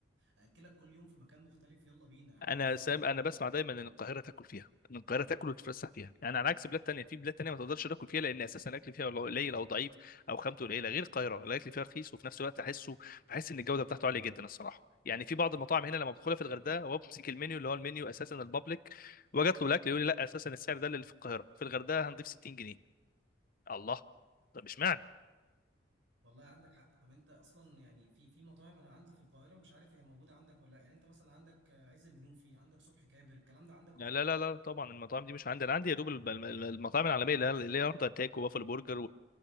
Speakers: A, on the right (about 75°); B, on the left (about 50°).
A: اكلك كل يوم في مكان مختلف يلا بينا عايز
B: انا سام انا بسمع دايما ان القاهره تاكل فيها ان القاهره تاكل وتتفسح فيها يعني على عكس بلاد تانية في بلاد تانية ما تقدرش تاكل فيها لان اساسا الاكل فيها والله قليل او ضعيف او خامته قليله غير القاهره الاكل فيها رخيص وفي نفس الوقت احسه بحس ان الجوده بتاعته عاليه جدا الصراحه يعني في بعض المطاعم هنا لما بدخلها في الغردقه وبمسك المنيو اللي هو المنيو اساسا البابليك واجت له الاكل يقول لي لا اساسا السعر ده اللي في القاهره في الغردقه هنضيف 60 جنيه الله طب اشمعنى
A: والله عندك حق طب انت اصلا يعني في في مطاعم انا عندي في القاهره مش عارف هي موجوده عندك ولا لا يعني انت مثلا عندك آه، عز المنوفي عندك صبحي كابر الكلام ده عندك
B: لا
A: ولا لا
B: لا لا لا، طبعا المطاعم دي مش عندي انا عندي يا دوب الب- الم- المطاعم العالميه اللي هي اللي هي هارد اتاك وبافل برجر